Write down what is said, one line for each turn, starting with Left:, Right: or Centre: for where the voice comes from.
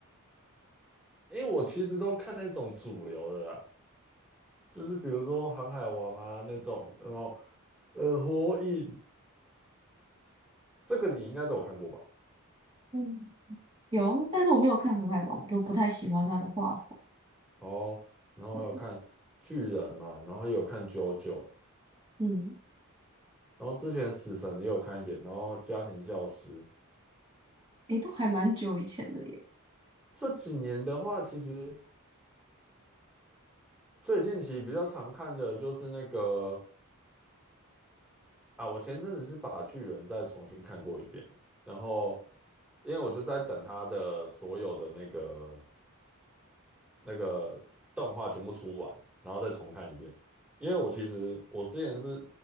Centre: 因为我其实都看那种主流的啦，就是比如说《航海王》啊那种，然后呃《火影》这个你应该都有看过吧？
Right: 嗯，有，但是我没有看《航海王》，就不太喜欢他的画风。
Centre: 哦，然后还有看《巨人》嘛，
Right: 对，
Centre: 然后也有看《JoJo》，
Right: 嗯，
Centre: 然后之前《死神》也有看一点，然后《家庭教师》。
Right: 诶，都还蛮久以前的耶，
Centre: 这几年的话，其实。最近期比较常看的就是那个啊，我前阵子是把人再重新看过一遍，然后因为我就是在等他的所有的那个那个动画全部出完，然后再重看一遍。因为我其实我之前是